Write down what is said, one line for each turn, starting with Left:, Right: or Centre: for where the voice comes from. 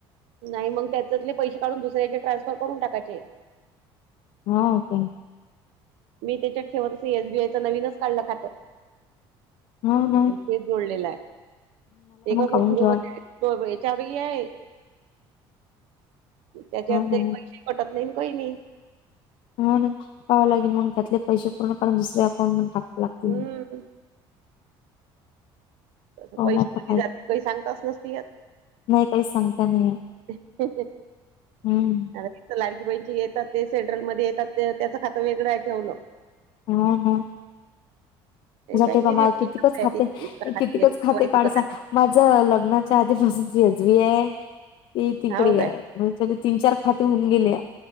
Right: नाही मग त्याच्यातले पैसे काढून दुसऱ्याचे ट्रान्सफर करून टाकायचे
Left: हा का
Right: मी त्याच्यात ठेवत एसबीआयचं नवीनच काढलं खातो
Left: नाही नाही.
Right: तेच जोडलेलं आहे, ते कसं
Left: काढून
Right: झिरो
Left: ठेवा
Right: बजेट तो <unintelligible> आहे त्याच्यात
Left: हा ना
Right: काही पैसे पटत नेमकही नही.
Left: होना पाहावं लागेल, मग त्यातले पैसे पूर्ण काढून दुसऱ्या अकाउंट मध टाकांव लागतील
Right: हम्म
Left: मग.
Right: तस
Left: हो
Right: पैसे
Left: ना आता
Right: कधी
Left: काय
Right: जाते, काही सांगताच नसती येत.
Left: नाही काही सांगता नाही येत.
Right: अ
Left: हम्म
Right: <inaudible> तिथ लाडकी बहीनची येतात. ते सेंट्रल मध्ये येतात. ते त्याचं खातं वेगळं ठेवलं.
Left: हा हा <unintelligible>
Right: ते बँकेची
Left: टे <unintelligible> बा म कितीकच खाते
Right: एका हाती
Left: कितीकच
Right: याची केवायसी
Left: खाते काडसा
Right: करा त्याची
Left: माझं लग्नाच्या आधीपासून जजबी आहे, ती तिकडे
Right: हाव काय
Left: आहे. <unintelligible> होय तीन चार खाते होऊन गेले या.